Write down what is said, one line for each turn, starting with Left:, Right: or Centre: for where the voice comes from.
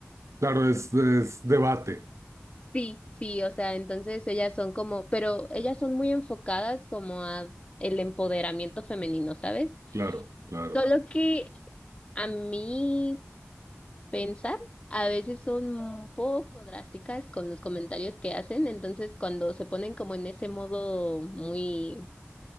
Right: Claro, es, es debate.
Left: Sí, sí, o sea, entonces ellas son como, pero ellas son muy enfocadas como a el empoderamiento femenino, ¿sabes?
Right: Claro, claro.
Left: Solo que a mi pensar, a veces son un poco drásticas con los comentarios que hacen, entonces cuando se ponen como en ese modo muy